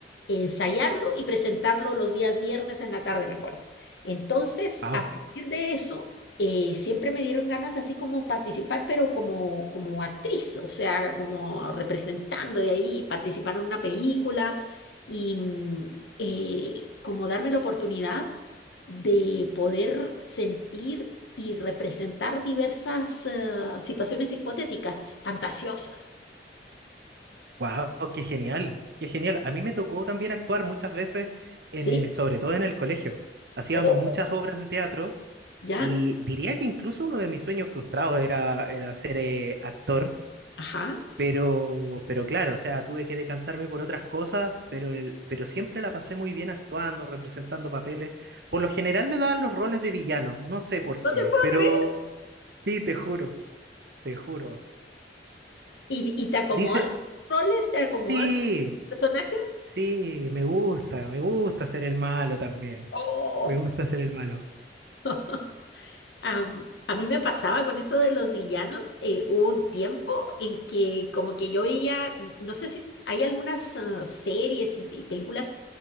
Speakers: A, on the left (about 75°); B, on the right (about 60°).
A: ensayarlo y presentarlo los días viernes en la tarde, me acuerdo. Entonces,
B: wow,
A: a partir de eso, eh, siempre me dieron ganas así como participar, pero como, como actriz, o sea, como representando y ahí participar en una película y mm, eh, como darme la oportunidad de poder sentir y representar diversas eh, situaciones hipotéticas, fantasiosas,
B: wow, qué genial, qué genial. A mí me tocó también actuar muchas veces, en,
A: ¿sí?
B: eh, sobre todo en el colegio. Hacíamos
A: Oh,
B: muchas obras de teatro
A: ¿ya?
B: y diría que incluso uno de mis sueños frustrados era, era ser eh, actor,
A: Ajá.
B: pero, pero claro, o sea, tuve que decantarme por otras cosas, pero, el- pero siempre la pasé muy bien actuando, representando papeles. Por lo general me daban los roles de villano, no sé por
A: No
B: qué,
A: te puedo
B: pero
A: creer.
B: sí, te juro, te juro.
A: ¿Y, y te acomodan
B: Dice,
A: los roles? ¿Te acomodan
B: sí.
A: los personajes?
B: Sí, me gusta, me gusta ser el malo también.
A: Oh.
B: Me gusta ser el malo.
A: <laughs> Am, a mí me pasaba con eso de los villanos. eh, hubo un tiempo en que como que yo veía, n- no sé si hay algunas ah, series y, y películas